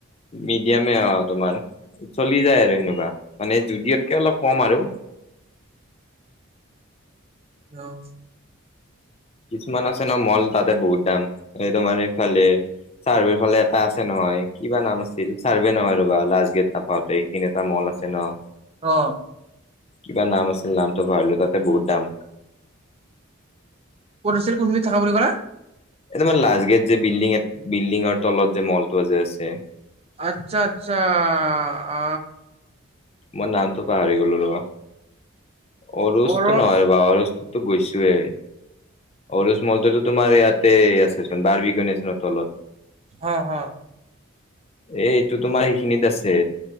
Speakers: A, on the left (about 30°); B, on the right (about 30°).
A: মিডিয়ামে অ তোমাৰ চলি যায় আৰু সেনেকুৱা মানে জুডিঅতকে অলপ কম আৰু
B: আহ
A: কিছুমান আছে ন মল তাতে বহুত দাম এই তোমাৰ এইফালে চাৰ্ভেৰ ফালে এটা আছে নহয় কিবা নাম আছিল চাৰ্ভে নহয় ৰবা লাষ্ট গেট নাপাওঁতে এইদিন এটা মল আছে ন।
B: অ
A: কিবা নাম আছিল নামটো পাহৰিলোঁ তাতে বহুত দাম।
B: কত আছিল কোনখিনিত থাকা বুলি কলা।
A: এ তোমাৰ লাষ্ট গেট যে বিল্ডিং, বিল্ডিঙৰ তলত যে মলটো যে আছে।
B: আত্চ্ছা আত্চ্ছা অ
A: মই নামটো পাহৰি গলো ৰবা। অৰোজটো
B: অৰস
A: নহয় ৰবা অৰজটোতো গৈছোৱেই অৰোজ মলটোতো তোমাৰ ইয়াতে আছে চোন বাৰ বিঘনছ তলত
B: হা হা
A: এ এইটো তোমাৰ সেইখিনিত আছে